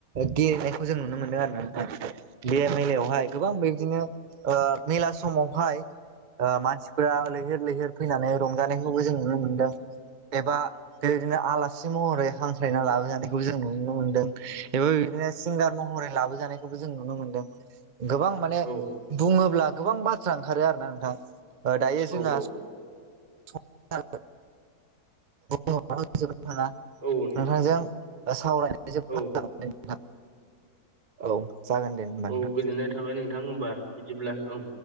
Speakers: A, on the right; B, on the right.
A: गेलेनायखौ जों नुनो मोनदों आरो ना नोंथां बे मेलायावहाय
B: औ
A: गोबां बेबादिनो मेला समावहाय ओ मानसिफोरा लैहोर लैहोर फैनानै रंजानायखौबो जों नुनो मोनदों एबा बेबायदिनो आलासि महरै हांख्रायना लाबजानायखौ जों नुनो मोनदों एबा नो सिंगार महरै लाबो जानायखौबो जों नुनो मोनदों गोबां
B: औ
A: बुङो ब्ला गोबां बाथ्रा ओंखारो आरोना नोंथां दायो
B: औ
A: जोंहा <unintelligible> नोंथांजों
B: औ नोंथां
A: सावरायनाय <unintelligible>
B: औ
A: नोंथां औ जागोन दे होनबा
B: औ
A: नोंथां
B: गोजोननाय थाबाय नोंथां होनबा बिदिब्ला औ